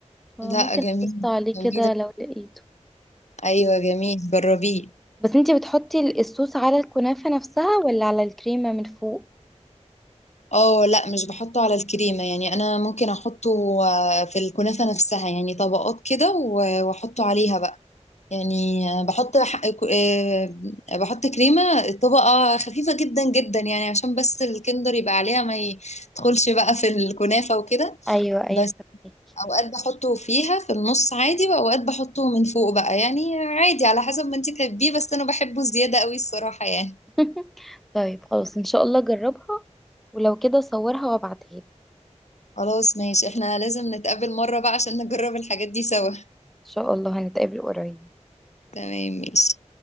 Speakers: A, in the centre; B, on the left.
A: فممكن
B: لا جميل
A: ابص عليه
B: جميل
A: كده لو لقيته
B: ايوه جميل جربيه
A: بس انتي بتحطي الصوص على الكنافة نفسها ولا على الكريمة من فوق
B: اه لا مش بحطه على الكريمة يعني انا ممكن احطه آه، في الكنافة نفسها يعني طبقات كده و- واحطه عليها بقى يعني آه، بحط ح- آه، بحط كريمة طبقة خفيفة جدا جدا يعني عشان بس الكندر يبقى عليها ما يدخلش بقى في الكنافة وكده
A: ايوه ايوه
B: بس
A: فهمك
B: اوقات بحطه فيها في النص عادي واوقات بحطه من فوق بقى يعني عادي على حسب ما انتي تحبيه بس انا بحبه زيادة قوي الصراحة يعني
A: <laughs> طيب خلاص ان شاء الله جربها ولو كده صورها وابعتها لي ان
B: خلاص ماشي احنا لازم نتقابل مرة بقى عشان نجرب الحاجات دي سوا
A: شاء الله هنتقابل قريب
B: تمام ماشي